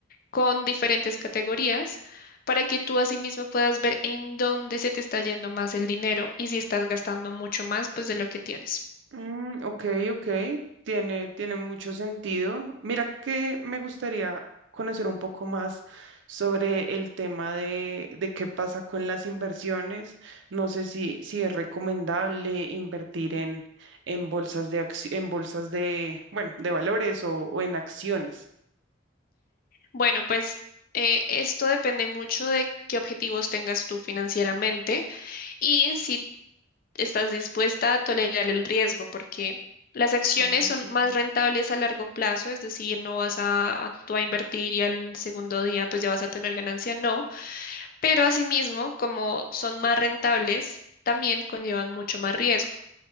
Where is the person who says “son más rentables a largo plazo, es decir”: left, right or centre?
Left